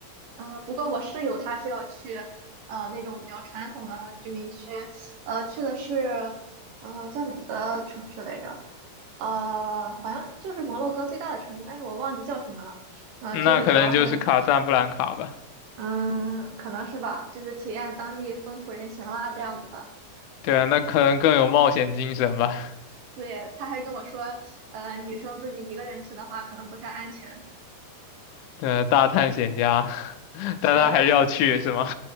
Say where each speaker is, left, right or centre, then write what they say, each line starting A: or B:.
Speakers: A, on the right (about 70°); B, on the left (about 85°).
A: 嗯，不过我室友他是要去呃那种比较传统的居民区，呃去的是呃叫哪个城市来着？呃，好像就是摩洛哥最大的城市，但是我忘记叫什么了。嗯、
B: 那可能就是卡萨布兰卡吧。
A: 就是主要是，嗯，可能是吧，就是体验当地风土人情啦，这样子的。
B: 对啊，那可能更有冒险精神吧。
A: 对，他还跟我说，呃，女生自己一个人去的话，可能不太安全。
B: 对，大探险家，<laughs>
A: 是，
B: 但他还是要去，是吗？